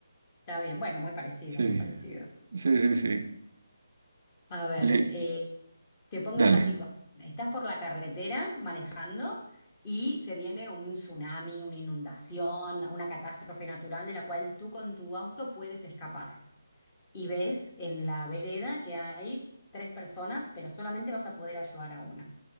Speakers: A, on the left (about 25°); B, on the right (about 50°).
A: está bien. Bueno, muy parecido,
B: Sí.
A: muy parecido.
B: Sí, sí, sí.
A: A ver,
B: Li-
A: eh, te pongo
B: Dale.
A: en una situación. Estás por la carretera manejando y se viene un tsunami, una inundación, una catástrofe natural de la cual tú con tu auto puedes escapar. Y ves en la vereda que hay tres personas, pero solamente vas a poder ayudar a una.